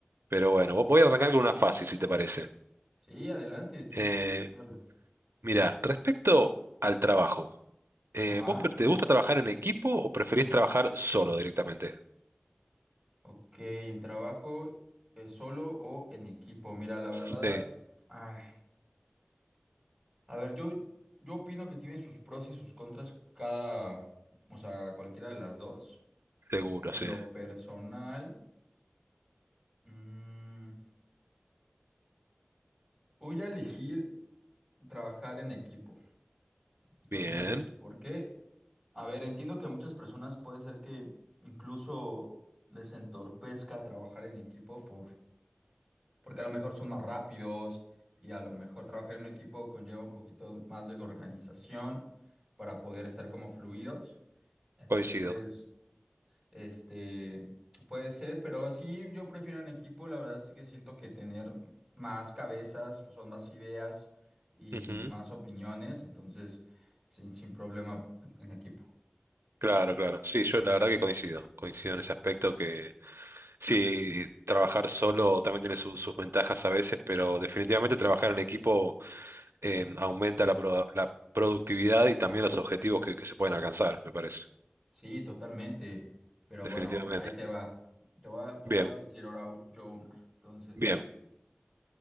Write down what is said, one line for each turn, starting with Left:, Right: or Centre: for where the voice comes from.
Right: pero bueno, voy a arrancar con una fácil, si te parece.
Centre: Sí, adelante, tú
Right: Eh,
Centre: dale.
Right: Mira, respecto al trabajo, eh,
Centre: Ajá,
Right: ¿vos pre- te gusta trabajar en equipo o preferís trabajar solo directamente?
Centre: ok, ¿en trabajo eh, solo o en equipo? Mira, la
Right: Sí,
Centre: verdad, ay, a ver, yo, yo opino que tiene sus pros y sus contras cada, o sea, cualquiera de las dos.
Right: seguro,
Centre: En
Right: sí.
Centre: lo personal... mm, Voy a elegir trabajar en equipo. Entonces,
Right: Bien,
Centre: ¿por qué? A ver, entiendo que a muchas personas puede ser que incluso les entorpezca trabajar en equipo por, porque a lo mejor son más rápidos y a lo mejor trabajar en un equipo conlleva un poquito más de organización para poder estar como fluidos. Entonces,
Right: coincido.
Centre: este, puede ser, pero sí, yo prefiero en equipo, la verdad sí que siento que tener más cabezas, pues, son más ideas y
Right: Ujú,
Centre: más opiniones, entonces sin, sin problema en en equipo.
Right: Claro, claro. Sí, yo la verdad que coincido. Coincido en ese aspecto que sí, trabajar solo también tiene su- sus ventajas a veces, pero definitivamente trabajar en equipo eh, aumenta la, pro- la productividad y también los objetivos que, que se pueden alcanzar, me parece.
Centre: Sí, totalmente, pero
Right: Definitivamente.
Centre: bueno, ahí te va. Te voy a, te
Right: Bien,
Centre: voy a decir ahora yo una. Entonces,
Right: bien.
Centre: es,